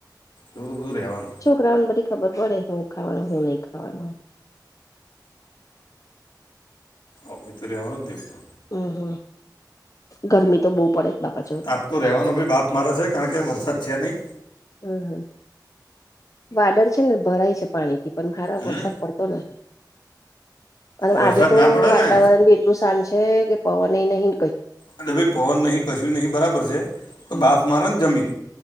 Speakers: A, on the left; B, on the left.
A: એવું તો બધું રહેવાનું.
B: છોકરાને બધી ખબર પડે હું ખાવાનું હું નહી ખાવાનું.
A: ઓકે તો રહેવાનુંજ નહીં હું તો
B: હમ્મ, હમ્મ ગરમી તો બહુ પડે બાપા જો
A: તાપ તો રહેવાનો ભાઈ બાપ મારે છે કારણ કે વરસાદ છે નહીં.
B: હમ્મ હમ્મ વાદળ છે ને ભરાય છે પાણી થી પણ હારા
A: હમ
B: વરસાદ પડ તને અને
A: વરસાદ
B: આજે તો
A: ના પડે
B: વાતાવરણ
A: ને
B: બી નુંસાન છે કે પવન એ નહી.
A: અને બી પવન નહીં કશું નહી બરાબર છે તો
B: હમ
A: બાફ મારે ને જમીન?